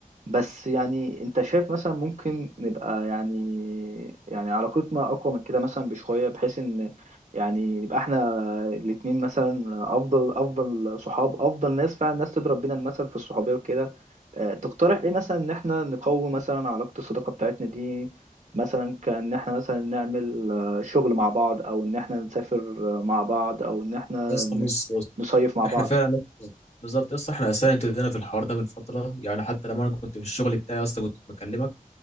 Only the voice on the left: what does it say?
يا اسطى
بص بص
احنا
فعلا لسه- بالظبط يا اسطى احنا اساسا ابتدينا في الحوار ده من فتره يعني حتى لما انا كنت في الشغل بتاعي يا اسطى كنت بكلمك